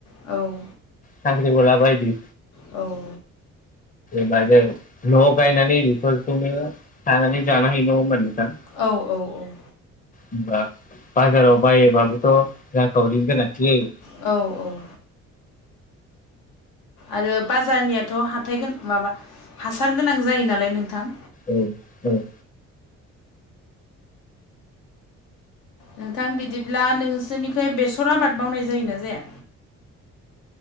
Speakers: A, on the left (about 85°); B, on the left (about 25°).
A: औ
B: खांख्रिखला बायदि
A: औ
B: बाजे न'आव‌ गायनानै बेफोरखौनो खानानै जानो हायो नंङा होनबा‌ नोंथां?
A: औ औ औ
B: हबा बाजाराव बायोबाबोथ' रांखावरिनि गोनांथि जायो।
A: औ औ आरो बाजारनियाथ' हाथाइ माबा हासार गोनां जायो नालाय नोंथां-
B: उम उम
A: नोंथां बिदिब्ला नोंसोरनिख बेसर आबाद मावनाय जायोना जाया?